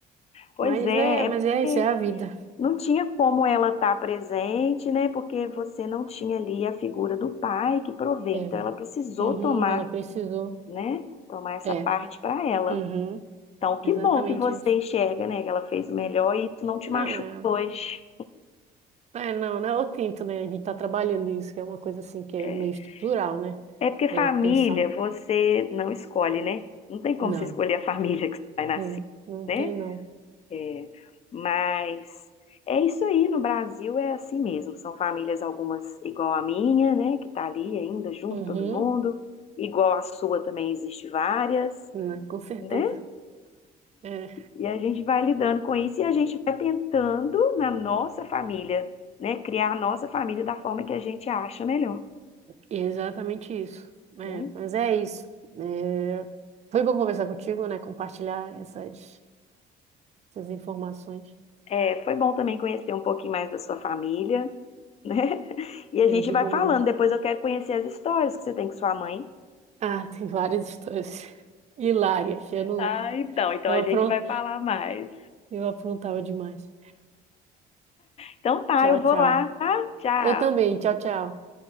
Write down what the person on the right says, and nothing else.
Mas
é, mas
é isso, é a vida.
É.
Uhum,
ela precisou.
É,
uhum,
exatamente
isso.
Não,
é,
é, não, não é o tinto, né? A gente tá trabalhando isso, que é uma coisa assim que é
meio estrutural, né?
É pensar,
não,
hum, não
tem não.
Uhum,
né, com certeza.
É,
exatamente isso. É,
mas é isso. É, foi bom conversar contigo, né? Compartilhar essas, essas informações.
Eu
digo
mesmo.
Ah, <laughs> tem várias histórias <laughs> hilárias. Eu não,
eu
apron-
Eu aprontava demais.
Tchau,
tchau.
Eu também. Tchau, tchau.